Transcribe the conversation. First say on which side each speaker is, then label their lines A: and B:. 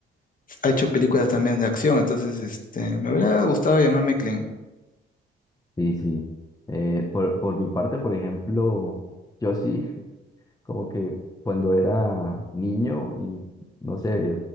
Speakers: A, on the left (about 45°); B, on the left (about 20°).
A: ha hecho películas también de acción, entonces este, me hubiera gustado llamarme Clint.
B: Sí, sí. Eh, por, por mi parte, por ejemplo, yo sí. como que cuando era niño y no sé,